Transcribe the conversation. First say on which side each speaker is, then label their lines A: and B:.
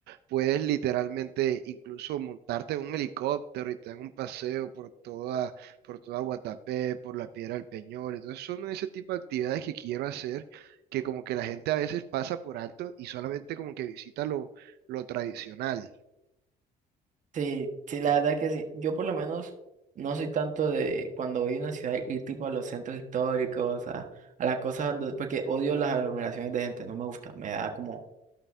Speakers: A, on the right; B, on the right.
A: Puedes literalmente incluso montarte en un helicóptero y te dan un paseo por toda, por toda Guatapé, por la Piedra del Peñol. Entonces son ese tipo de actividades que quiero hacer, que como que la gente a veces pasa por alto y solamente como que visita lo, lo tradicional.
B: Sí, sí, la verdad que sí. Yo por lo menos no soy tanto de cuando voy a una ciudad ir tipo a los centros históricos, a, a las cosas, do- porque odio las aglomeraciones de gente, no me gusta, me da como,